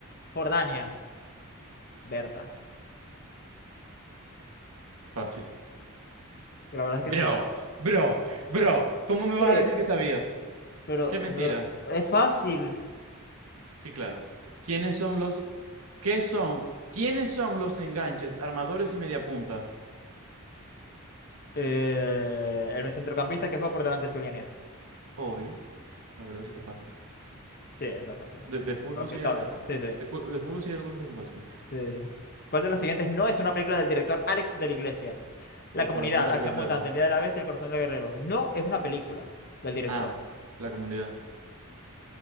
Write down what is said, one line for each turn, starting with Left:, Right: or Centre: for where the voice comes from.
Left: Jordania? Berta.
Right: Fácil.
Left: La verdad es
Right: Bro,
Left: que sí.
Right: bro, bro, ¿cómo me
Left: ¿Qué?
Right: vas a decir que sabías?
Left: Pero,
Right: Qué mentira.
Left: pero es fácil.
Right: Sí, claro. ¿Quiénes son los, qué son, quiénes son los enganches, armadores y mediapuntas?
Left: Eh, el centrocampista que juega por delante de su línea.
Right: Obvio, la verdad sí está fácil.
Left: Sí, está fácil.
Right: De, de fútbol
Left: Por lo que
Right: sí hay,
Left: cabe. Sí, sí,
Right: de, fu- de fútbol sí hay algunos que son fáciles.
Left: sí. ¿Cuál de las siguientes no es una película del director Alex de la Iglesia? La
Right: El
Left: Comunidad,
Right: corazón del
Left: Acción
Right: guerrero.
Left: Mutante, El Día de la Bestia, El Corazón del Guerrero. No es una película del director.
Right: Ah, la comunidad.